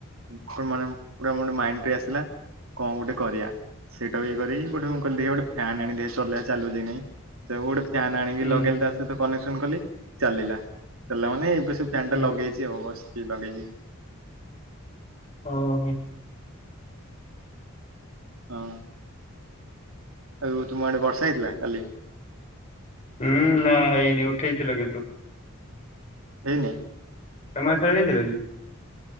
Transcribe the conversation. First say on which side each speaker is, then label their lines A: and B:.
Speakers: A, on the right; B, on the left.
A: ମୁଖ ମାନେ ପୁର ମୋ ମାଇଣ୍ଡ ଟେ ଆସିଲା। କଣ ଗୋଟେ କରିବା? ସେଇଟା ଇଏ କରିକି ଗୋଟେ ମୁ କହିଲି ଦେଖିବ ଗୋଟେ ଫ୍ୟାନ ଆଣି ଦେ ସୋଲାର ଚାଲୁଚି ନା ନାଇଁ। ଯ ଗୋଟେ ଫ୍ୟାନ ଆଣିକି
B: ହୁଁ
A: ଲଗେଇଲେ ତା ସହିତ କନେକ୍ସନ କଲି ଚାଲିଲା। ଚାଲିଲା ମାନେ ଏବେସ ଫ୍ୟାନ
B: ହୁଁ।
A: ଟା ଲଗେଇଚି ଆଉ ବସିଚି ଲଗେଇନି।
B: ଓହୋ।
A: ହଁ। ଆଉ ତୁମ ଆଡେ ବର୍ଷା ହେଇଥିଲାଲ କାଲି?
B: ହୁଁ ନା ହେଇନି ଉଠେଇଥିଲ କିନ୍ତୁ।
A: ହେଇନି।
B: ତମର ସାରେ ହେଇଥିଲ କି?